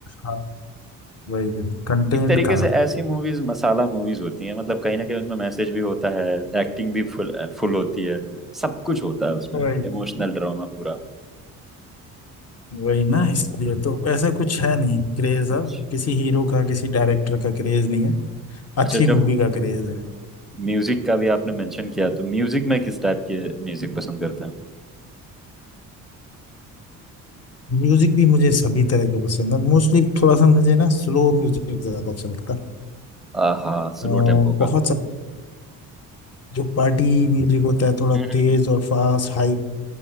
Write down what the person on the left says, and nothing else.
हाँ वही कंटेंट
था
वही
वही ना इसलिए तो ऐसा कुछ है नहीं क्रेज
अब किसी हीरो का किसी डायरेक्टर का क्रेज नहीं है अच्छी
मूवी
का क्रेज है
म्यूजिक भी मुझे सभी तरह के पसंद है मोस्टली थोड़ा सा मुझे ना स्लो म्यूजिक ज्यादा अच्छा लगता है
अ,
बहुत
सा जो पार्टी म्यूजिक होता है थोड़ा
तेज
और फास्ट हाई